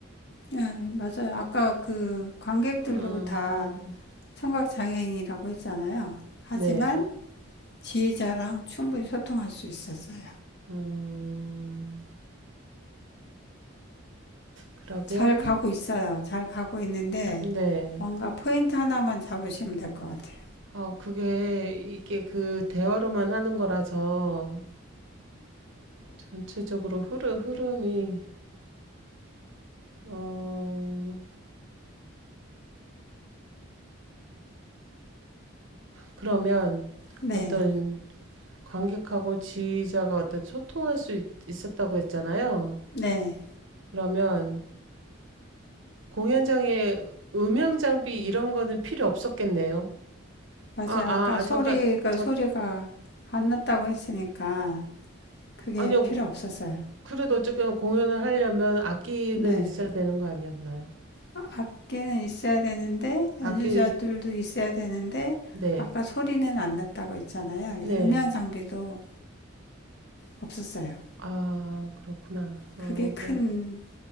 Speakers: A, on the left; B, on the right.
A: 네, 맞아요. 아까 그 관객들도
B: 음,
A: 다 청각 장애인이라고 했잖아요. 하지만
B: 네.
A: 지휘자랑 충분히 소통할 수 있었어요.
B: 음, 그러면,
A: 잘 가고 있어요. 잘 가고 있는데
B: 네.
A: 뭔가 포인트 하나만 잡으시면 될 것 같아요.
B: 아, 그게, 이게 그 대화로만 하는 거라서 전체적으로 흐르, 흐름이, 어, 그러면
A: 네,
B: 어떤 관객하고 지휘자가 어떤 소통할 수 있, 있었다고 했잖아요.
A: 네,
B: 그러면 공연장에 음향 장비 이런 거는 필요 없었겠네요.
A: 맞아요.
B: 아, 아,
A: 아까
B: 아,
A: 소리가
B: 잠깐, 잠,
A: 소리가 안 났다고 했으니까 그게
B: 아니요.
A: 필요 없었어요.
B: 그래도 어쨌거나 공연을 하려면 악기는
A: 네,
B: 있어야 되는 거 아니었나요?
A: 악기는 있어야 되는데 연주자들도
B: 악기,
A: 있어야 되는데
B: 네,
A: 아까 소리는 안 났다고 했잖아요. 그래서
B: 네.
A: 음향 장비도 없었어요.
B: 아, 그렇구나. 어,
A: 그게 큰,
B: 그,